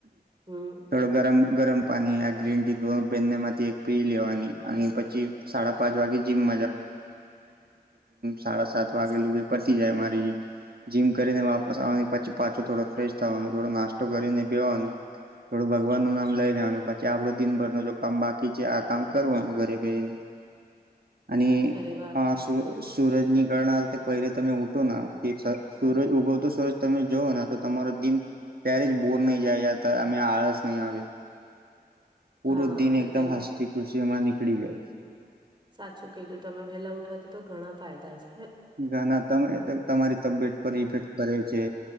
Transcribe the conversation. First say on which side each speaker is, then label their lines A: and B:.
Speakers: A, on the right; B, on the right.
A: હમ
B: થોડો ગરમ. ગરમ પાણી ગ્રીન ટી ધ બેને. એક પી લેવાની અને પછ. ી સાડા પાંચ વાગે, જ જીમ સાડા સાત વાગે પતી જાય મારી જીમ કરીને વાપસ આવવાની પછી પાછો થોડો ફેશ થવાનું થોડો નાસ્તો કરીને બેવાનું થોડું ભગવાન ન નામ લઈ લેવાનું પછી આપડો દિનભર ન કામ બાકી છે આ કામ કરવાનું ઘરે બેને. અને
A: અરે વાહ
B: અ સુ. સૂરજ નીકરણ પહેલે તમે ઉઠો સૂરજ ઉગવતો સૂરજ તમે જોઓ તો તમારો દિન ત્યારે જ બોર નહી જાય અમે આળસ નહીં આવે. પૂરો
A: હા
B: દિ એકદમ
A: એ તમે
B: હસ્તી ખુશ. જેમાં નીકળી ગયા.
A: સાચું કીધું તમે વેલા ઉઠવાતી તો ઘણા ફાયદા છે.
B: ઘણા તમે. તમારી તબિયત પર ઇફેક્ટ કરે છે